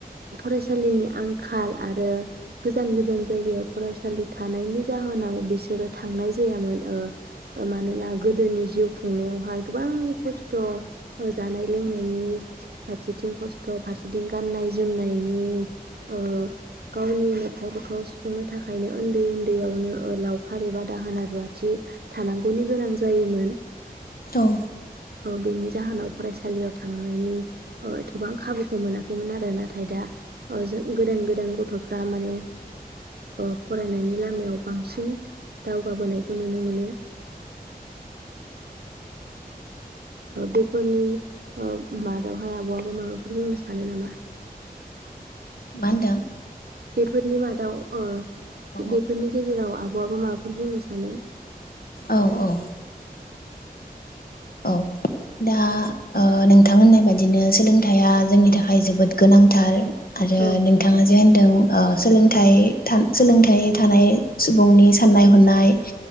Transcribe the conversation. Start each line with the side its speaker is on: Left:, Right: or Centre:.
Right: फरायसालिनि आंखाल आरो गोजान गोजान जायगायाव फरायसालि थानायनि जाहोनाव बिसोरो थांनाय जायामोन ओ मानोना गोदोनि जिउ खुंनायावहाय गोबां खस्थ जानाय। लोंनायनि फारसेथिं खस्थ फारसेथिं गाननाय जोमनायनि ओ गावनि नखरखौ सुफुंनो थाखायनो उन्दै उन्दैयावनो लावखार एबा दाहोना रुवाथि थानांगौनि गोनां जायोमोन।
Left: औ।
Right: बिनि जाहोनाव फरायसा। सालियाव थांनायनिएथबां खाबुखौ मोनाखैमोन आरो नाथाय दा ओ जों गोदान गोदान गथफ्रा माने ओ फरायनायनि लामायाव बांसिन दावगाबोनायखौ नुनो मोनो। बेफोरनि ओ मादावहाय आबआबो माबाफोर बुंनो सानो नामा।
Left: मा होनदों?
Right: बेफोरनि मादाव ओ
Left: औ
Right: बेफोरनि गेजेराव आब आबो माबाफोर बुंनो सानो।
Left: औ औ। औ दा ओ नोंथां होननाय बादिनो सोलोंथाइया जोंनि थाखाय जोबोद गोनांथार। आरो
Right: औ
Left: नोंथाङा जेन। दों ओ सोलोंथाय सोलोंथाइ थानाय सुबुंनि साननाय हनाय।